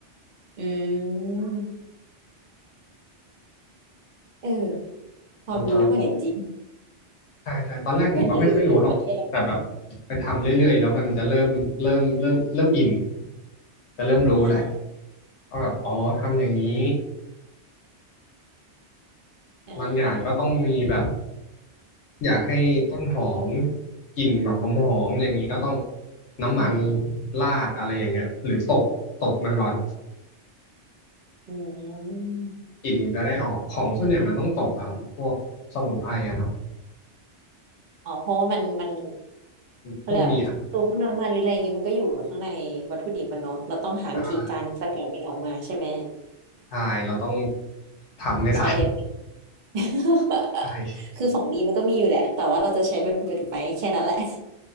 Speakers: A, on the right; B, on the left.
A: อืมเออความรู้ใหม่จริง
B: มันจะใช่ใช่ตอนแรกผมก็ไม่ค่อยรู้หรอกแต่แบบ
A: ไม่เคยรู้เลยว่ามันแค่
B: ไปทำเรื่อยๆแล้วมันจะเริ่มเริ่มเริ่มเริ่มอินจะเริ่มรู้แหละ
A: อ่า
B: ก็แบบอ๋อทำอย่างนี้
A: อ่า
B: บางอย่างก็ต้องมีแบบอยากให้ต้นหอมกลิ่นแบบหอมๆอย่างนี้ก็ต้องน้ำมัน
A: อืม
B: ราดอะไรอย่างเงี้ยหรือตบตบมันก่อน
A: อืม
B: กลิ่นจะได้ออกของส่วนใหญ่ยมันต้องตบอะครับพวกสมุนไพรอะเนาะ
A: อ๋อเพราะว่ามันมันเขาเรียกว่าตัวพวกน้ำมันหรืออะไรอย่างงี้มันก็อยู่ข้างในวัตถุดิบมันเนาะเราต้องหาวิธีการสกัดมันออกมาใช่ไหม
B: พวกมีอัญชัน ใช่เราต้องทำให้ได้
A: ใช้เฮ <laughs>
B: <laughs> ใช่
A: คือของดีมันก็มีอยู่แหละแต่ว่าเราจะใช้มันเป็นประโยชน์ไปแค่นั้นแหละ